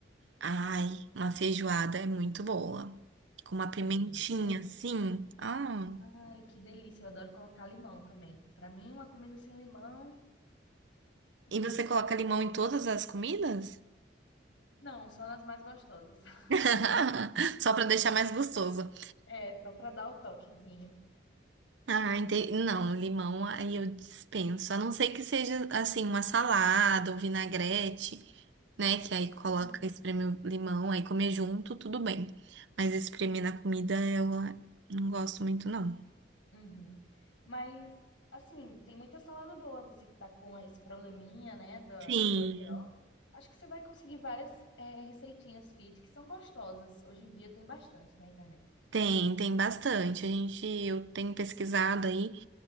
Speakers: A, on the right (about 75°); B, on the left (about 85°).
A: Ai, uma feijoada é muito boa. Com uma pimentinha,
B: É bem demais.
A: assim. Ah.
B: Ai, que delícia. Eu adoro colocar limão também. Para mim, uma comida sem limão não
A: E
B: existe.
A: você coloca limão em todas as comidas?
B: Não, só nas mais gostosas. <laughs>
A: <laughs> Só pra deixar mais gostoso.
B: É, só pra dar o toquezinho.
A: Ah, entendi. Não, limão aí eu dispenso. A não ser que seja assim, uma salada ou vinagrete, né? Que aí coloca,
B: Uhum,
A: espreme o limão, aí comer junto, tudo bem. Mas espremer na comida eu não gosto muito, não.
B: uhum. Mas, assim, tem muita salada boa. Você que tá com esse probleminha, né, do,
A: Sim.
B: do colesterol. Acho que você vai conseguir várias é, receitinhas fit que são gostosas. Hoje em dia tem bastante na internet.
A: Tem, tem bastante. A gente, eu tenho pesquisado aí,